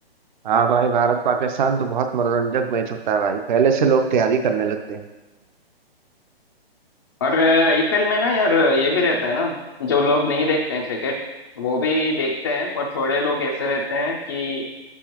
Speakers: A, on the right (about 50°); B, on the left (about 25°).
A: हाँ भाई भारत पाकिस्तान तो बहुत मनोरंजक मैच होता है भाई पहले से लोग तैयारी करने लगते हैं
B: और आईपीएल में ना यार ये भी रहता है ना जो लोग नहीं देखते हैं क्रिकेट वो भी देखते हैं पर थोड़े लोग ऐसे रहते हैं कि